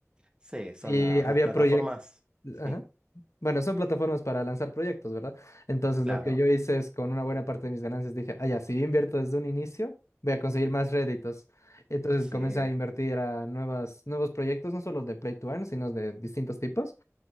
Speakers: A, on the right; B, on the left.
A: sí, son
B: y
A: las,
B: había
A: las plataformas.
B: proyectos,
A: Sí,
B: ajá. Bueno, son plataformas para lanzar proyectos, ¿verdad? Entonces
A: claro,
B: lo que yo hice es con una buena parte de mis ganancias dije, ah, ya, si yo invierto desde un inicio, voy a conseguir más réditos. Entonces
A: sí.
B: comencé a invertir a nuevas, nuevos proyectos, no solo de Play to Earn, sino de distintos tipos